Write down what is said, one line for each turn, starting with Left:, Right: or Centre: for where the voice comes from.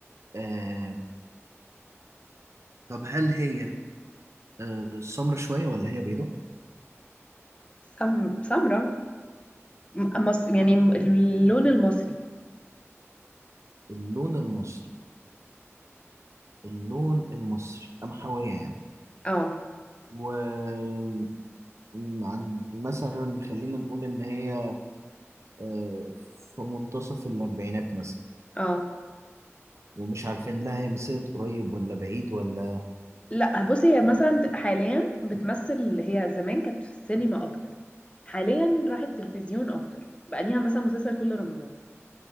Right: آه طب هل هي آه سمرة شوية ولا هي بيضة
Left: سم سمرة م- مص... يعني اللون المصري
Right: اللون المصري اللون المصري قمحوية يعني
Left: اه
Right: و م- عن مثلا خلينا نقول ان هي آه في منتصف الاربعينات مثلا
Left: اه
Right: ومش عارفين لا هي مسيرة قريب ولا بعيد ولا
Left: لا بصي هي مثلا حاليا بتمثل هي زمان كانت في السينما اكتر حاليا راحت تلفزيون اكتر بقى ليها مثلا مسلسل كل رمضان